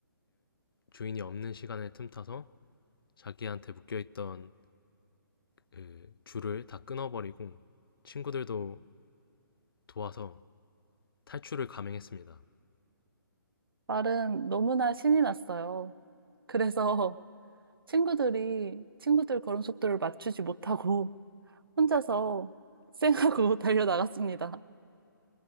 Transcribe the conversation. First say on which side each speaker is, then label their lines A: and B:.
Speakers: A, on the left; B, on the right.
A: 주인이 없는 시간을 틈타서 자기한테 묶여있던 그 줄을 다 끊어버리고 친구들도 도와서 탈출을 감행했습니다.
B: 말은 너무나 신이 났어요. 그래서 <laughs> 친구들이 친구들 걸음 속도를 맞추지 못하고 혼자서 쌩하고 <laughs> 달려 나갔습니다.